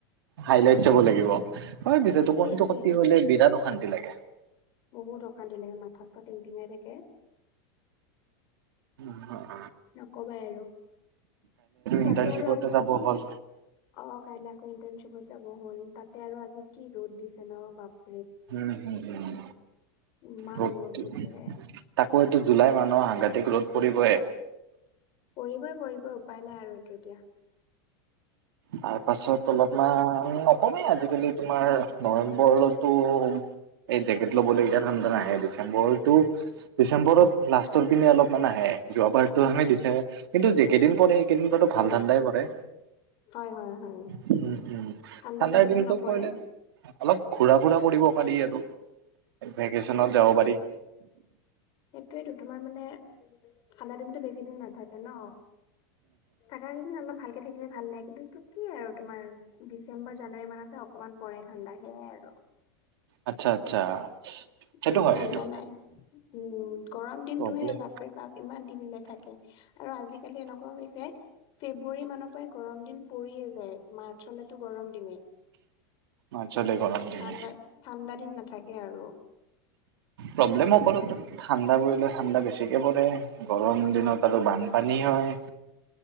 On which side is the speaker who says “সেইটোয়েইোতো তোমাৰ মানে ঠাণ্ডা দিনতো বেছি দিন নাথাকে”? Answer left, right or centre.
Left